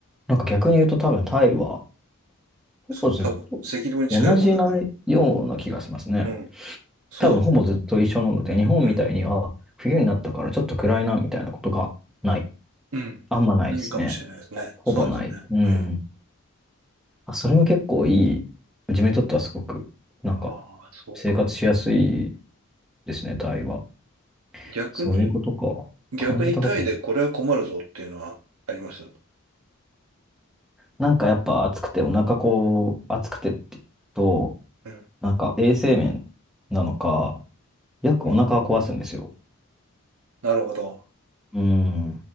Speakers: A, in the centre; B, on the right (about 75°).
A: なんか逆に言うと多分タイは、ほぼずっと
B: そう、多分、赤道に近い方だから。
A: 同じなような気がしますね。
B: うん。そ
A: 多分ほぼずっと一緒なので、日本みたいに、
B: う。うん。
A: あ、冬になったからちょっと暗いな、みたいなことがない。
B: うん。
A: あんまないですね。
B: いいかもしれないですね。
A: ほほぼない。
B: そうですね。
A: うん。
B: うん。
A: あ、それも結構いい。自分にとってはすごく、なんか、
B: ああ、そうか。
A: 生活しやすいですね、タイは。
B: 逆に、
A: そういうことか。
B: 逆にタイでこれは困るぞっていうのはあります。
A: 感じたこと
B: う
A: なんかやっぱ暑くて、お腹こう、暑くてって言うと、
B: ん。
A: なんか衛生面なのか、よくお腹は壊すんですよ。
B: うんなるほど。
A: うん。